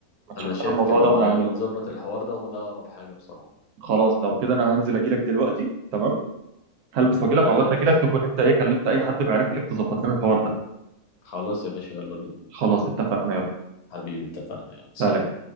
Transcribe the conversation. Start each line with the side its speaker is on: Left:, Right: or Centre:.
Right: ما تشوف
Left: أنا شايف
Right: لنا الموضوع
Left: كده
Right: ده
Left: بقى
Right: ونعمله
Left: يلا نظبط الحوار ده وده أقرب حاجة بصراحة
Right: خلاص لو كده انا هنزل اجيلك دلوقتي تمام هلبس واجيلك
Left: تعالى
Right: عقبال
Left: يا
Right: ما
Left: باشا
Right: اجيلك تكون انت ايه كلمت اي حد معرفه ليك تظبط لنا الحوار ده
Left: خلاص يا باشا يلا بينا
Right: خلاص اتفقنا يلا
Left: حبيبي اتفقنا يلا سلام
Right: سلام